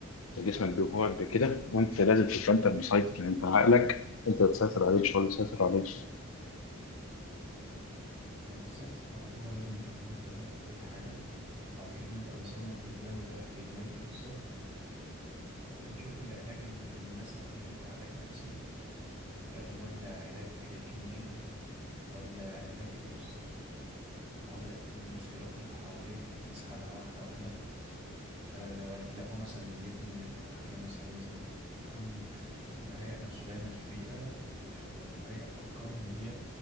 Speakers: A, on the left; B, on the right.
A: جسمك بيجوعك بكده وانت لازم تبقى انت المسيطر يعني انت عقلك انت اللي تسيطر عليه مش هو اللي يسيطر عليك
B: يعني بالظبط فهو لازم يفهم النقطة دي قبل أي حاجة وبعد كده نبدأ نصنف إدمانه ده إدمان إيه بالظبط ونشوف العلاج ال- المناسب ليه هيبقى علاج نفسي آه، ولا علاج كيميائي ولا علاج إيه بالظبط ولا المثيرات اللي حواليه نسحبها واحدة واحدة آه لو هو مثلا بيدمن الإباحية مثلا لازم يكون مهيأ نفسه دايما في بيئة و- ومهيأ أفكار إن هي